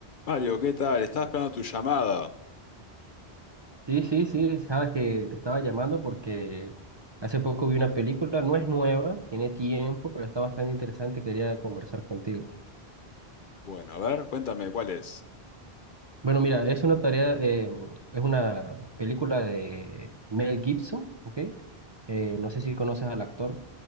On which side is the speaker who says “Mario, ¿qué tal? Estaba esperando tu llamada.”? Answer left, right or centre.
Left